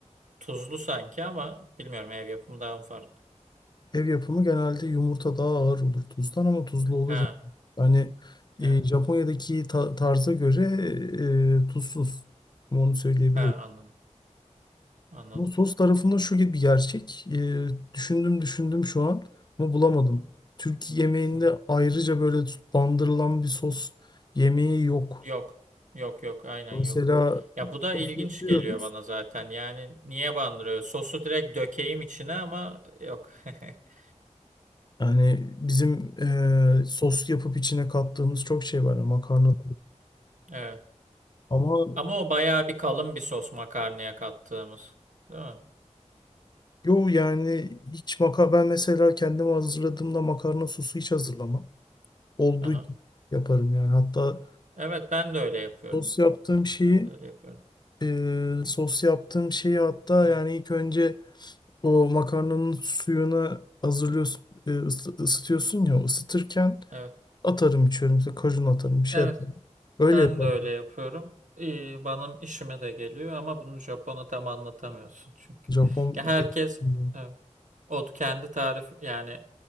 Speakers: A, on the right; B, on the left.
A: tuzlu sanki ama bilmiyorum ev yapımı daha mı farklı.
B: Ev yapımı genelde yumurta daha ağır olur tuzdan ama tuzlu olur.
A: Ha
B: Yani Yani,
A: evet.
B: e, Japonya'daki ta- tarza göre e, tuzsuz. Onu söyleyebilirim.
A: Ha anladım. Anladım.
B: Bu sos tarafında şu gibi bir gerçek. E, düşündüm düşündüm şu an ama bulamadım.
A: Hı
B: Türk yemeğinde
A: hı.
B: ayrıca böyle bandırılan bir sos yemeği yok.
A: Yok. Yok yok aynen
B: Mesela
A: yok. Ya bu da
B: sos
A: ilginç
B: yapıyoruz.
A: geliyor bana zaten. Yani niye bandırıyor? Sosu direkt dökeyim içine ama yok. <laughs>
B: Yani bizim e, sos yapıp içine kattığımız çok şey var. Makarna da-
A: Evet.
B: ama
A: Ama o bayağı bir kalın bir sos makarnaya kattığımız. Değil mi?
B: Yo yani hiç maka ben mesela kendim hazırladığımda makarna sosu hiç hazırlamam. Olduğu
A: Aha.
B: gibi yaparım yani. Hatta
A: Evet ben de öyle yapıyorum.
B: sos yaptığım şeyi
A: Ben de öyle yapıyorum.
B: e, sos yaptığım şeyi hatta
A: Evet.
B: yani ilk önce o makarnanın suyunu hazırlıyorsun e, ısı- ısıtıyorsun ya ısıtırken
A: Evet.
B: atarım içiyorum. İşte kajun atarım bir şey
A: Evet,
B: atarım. Öyle
A: ben
B: yaparım.
A: de öyle yapıyorum. İyi, benim işime de geliyor ama bunu Japon'a tam anlatamıyorsun çünkü.
B: Japon
A: Ya
B: dediğim
A: herkes
B: gibi.
A: evet. O kendi tarif yani